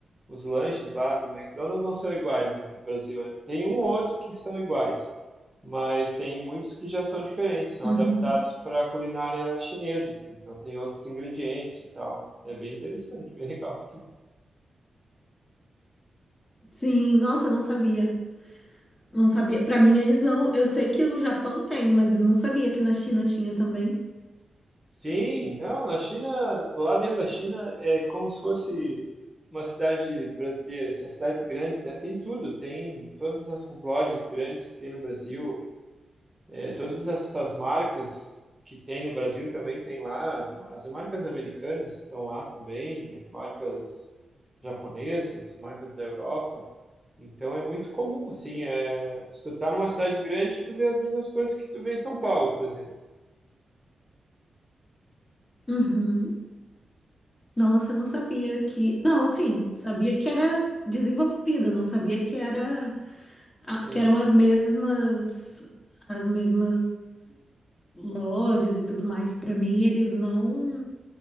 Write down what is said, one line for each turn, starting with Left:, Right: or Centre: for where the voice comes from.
Right: os lanches lá do McDonald's não são iguais no Brasil, né? Tem um ou outro que são iguais, mas tem muitos que já são diferentes, são
Left: Uhum.
Right: adaptados para a culinária chinesa, assim, então tem outros ingredientes e tal. É bem interessante, bem legal.
Left: Sim, nossa, eu não sabia. Não sabia. Pra mim, eles não. Eu sei que no Japão tem, mas não sabia que na China tinha também.
Right: Sim, não, a China, lá dentro da China é como se fosse uma cidade brasileira, assim, as cidades grandes, né? Tem tudo, tem todas essas lojas grandes que tem no Brasil, é, todas essas marcas que tem no Brasil também tem lá, as, ma- as marcas americanas estão lá também, as marcas japonesas, as marcas da Europa. Então é muito comum, assim, é, se tu tá numa cidade grande, tu vê as mesmas coisas que tu vê em São Paulo, por exemplo.
Left: Uhum. Nossa, eu não sabia que. Não, assim, sabia que era desenvolvida, não sabia que era ah,
Right: Sim.
Left: que eram as mesmas as mesmas lojas e tudo mais. Pra mim, eles não.